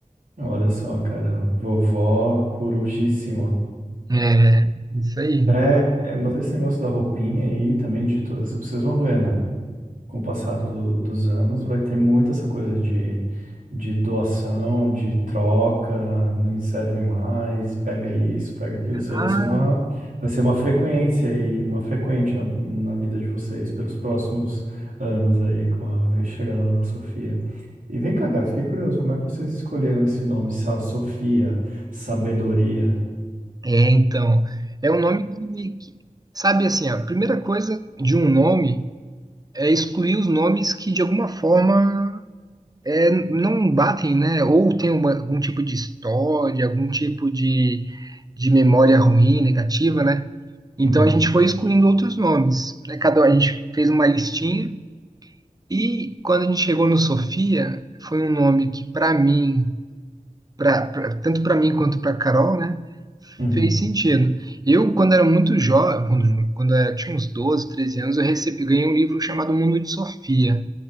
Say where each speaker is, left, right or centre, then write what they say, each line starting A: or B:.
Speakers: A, on the right (about 90°); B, on the right (about 30°).
A: Olha só, cara, vovó corujíssima.
B: É, isso aí.
A: É, é, mas esse negócio da roupinha aí também de todas, vocês vão ver, né? com o passar do- dos anos, vai ter muito essa coisa de, de doação, de troca, não me serve mais, pega isso, pega aquilo. Isso aí
B: Ah,
A: vai ser uma, vai ser uma frequência e uma frequente na, na vida de vocês pelos próximos anos aí, com a ve- chegada da Sofia. E vem cá, cara, fiquei curioso, como é que vocês escolheram esse nome, Sa- Sofia, sabedoria?
B: é, então. É um nome que, que- sabe assim, ó, a primeira coisa de um nome é excluir os nomes que de alguma forma é, não batem, né? Ou tem uma- algum tipo de história, algum tipo de, de memória ruim, negativa, né? Então
A: Uhum,
B: a gente foi excluindo outros nomes, né? Cada a gente fez uma listinha e quando a gente chegou no Sofia, foi um nome que para mim, pra, pra- tanto para mim quanto para Carol, né,
A: uhum.
B: fez sentido. Eu quando era muito jovem, quando, quando eu tinha uns 12 13 anos, eu recebi ganhei um livro chamado Mundo de Sofia.